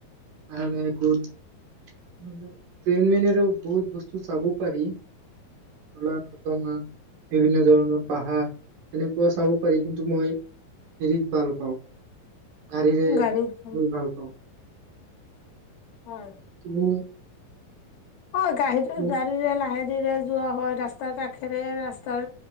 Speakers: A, on the right (about 70°); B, on the left (about 70°).
A: <unintelligible> ট্ৰেইনেৰে ও বহুত বস্তু চাব পাৰি অলা মাহ বিভিন্ন ধৰণৰ পাহাৰ এনেকুৱা চাব পাৰি কিন্তু মই হেৰিত ভাল পাওঁ গাড়ীৰে
B: গাড়ীত যোৱা
A: গৈ ভাল পাওঁ
B: হয়
A: তুমি
B: অই গাড়ীটো
A: উম,
B: গাড়ীৰে লাহে দিৰে যোৱা হয় ৰাস্তাৰ কাষেৰে ৰাস্তাৰ